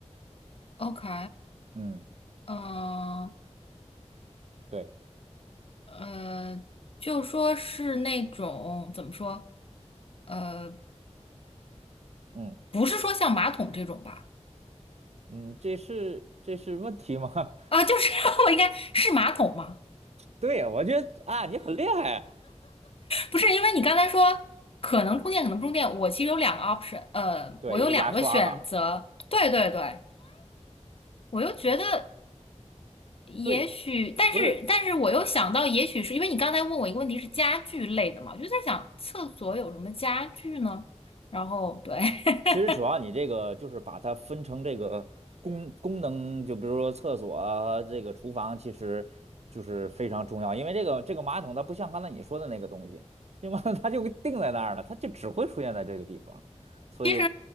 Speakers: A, on the left (about 55°); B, on the right (about 65°).
A: OK？
B: 嗯，
A: 嗯
B: 对，
A: 呃，就说是那种怎么说？呃，
B: 嗯
A: 不是说像马桶这种吧？
B: 嗯，这是这是问题吗？<laughs>
A: 啊，就是 <laughs> 我应该是马桶吗？
B: 对，我觉得啊，你很厉害啊。
A: 不是，因为你刚才说可能充电，可能不充电。我其实有两个 option，呃，
B: 对，
A: 我有两个选择。
B: 一个牙刷吧。
A: 对对对，我又觉得。也许，
B: 对，
A: 但是但是我又想到，
B: 不是
A: 也许是因为你刚才问我一个问题是家具类的嘛，我就在想厕所有什么家具呢？然后对，
B: 其实主要你这个就是把它分成这个功功能，
A: <laughs>
B: 就比如说厕所啊，这个厨房，其实就是非常重要，因为这个这个马桶它不像刚才你说的那个东西，对吗？<laughs> 它就定在那儿了，它就只会出现在这个地方，所以
A: 其实